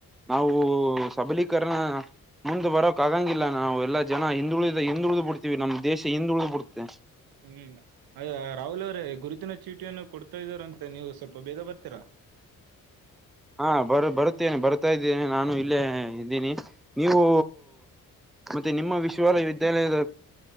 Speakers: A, in the centre; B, on the right.
A: ನಾವು ಸಬಲೀಕರಣ. ಮುಂದ್ ಬರೋಕ್ ಆಗಂಗಿಲ್ಲ ನಾವು ಎಲ್ಲಾ ಜನ ಹಿಂದುಳಿದ ಹಿಂದುಳಿದ್ ಬಿಡ್ತಿವಿ ನಮ್ ದೇಶ ಹಿಂದುಳಿದು ಬಿಡುತ್ತೆ.
B: ಹ್ಮ್ ಅದೇ ರಾಹುಲ್ ಅವ್ರೇ ಗುರುತಿನ ಚೀಟಿಯನ್ನು ಕೊಡ್ತಾ ಇದ್ದಾರಂತೆ ನೀವು ಸ್ವಲ್ಪ ಬೇಗ ಬರ್ತೀರಾ.
A: ಹಾ ಬರ್ ಬರ್ತೇನೆ ಬರ್ತಾ ಇದ್ದೇನೆ ನಾನು ಇಲ್ಲೇ ಇದ್ದೀನಿ ನೀವು ಮತ್ತೆ ನಿಮ್ಮ ವಿಶ್ವಾಲಯಾ ವಿದ್ಯಾಲಯದ.